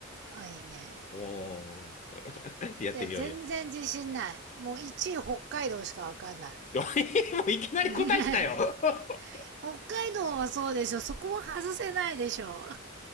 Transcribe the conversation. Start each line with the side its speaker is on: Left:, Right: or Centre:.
Right: あ、いいね。
Left: おー、<laughs> やってみようよ。
Right: で、全然自信ない。もう1位北海道しかわかんない。
Left: <laughs> いもういきなり答えきたよ。
Right: <laughs>
Left: <laughs>
Right: 北海道はそうでしょ。そこは外せないでしょ。